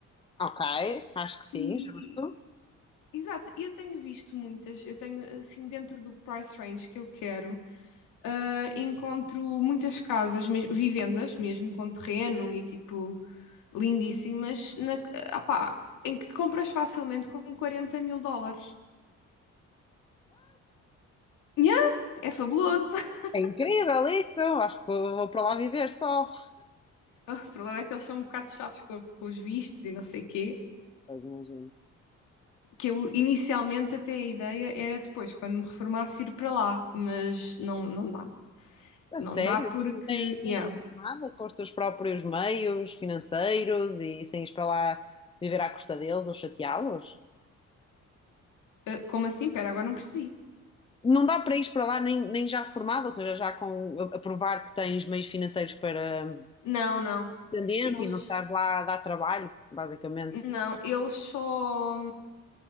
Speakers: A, on the left (about 15°); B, on the left (about 80°).
A: Ok, acho que sim,
B: E,
A: justo.
B: exato, e eu tenho visto muitas, eu tenho assim dentro do price range que eu quero, ah, encontro muitas casas, mes- vivendas mesmo com terreno e tipo lindíssimas, na, ah pá, em que compras facilmente com 40 mil dólares. Yeah, é fabuloso. <laughs>
A: É incrível isso. Acho que vou para lá viver só.
B: O problema é que eles são um bocado chatos com, com os vistos e não sei quê.
A: Pois, imagino.
B: Que eu inicialmente até a ideia era depois, quando me reformasse, ir para lá, mas não, não dá.
A: A
B: Não
A: sério,
B: dá porque,
A: nem, nem
B: yeah.
A: nem nada, com os teus próprios meios financeiros e sem ir para lá viver à custa deles ou chateá-los?
B: Ah, como assim? Pera, agora não percebi.
A: não dá para ir para lá nem, nem já reformado, ou seja, já com a provar que tens meios financeiros para
B: Não, não.
A: dependente
B: Eles
A: e não estar lá a dar trabalho, basicamente.
B: não, eles só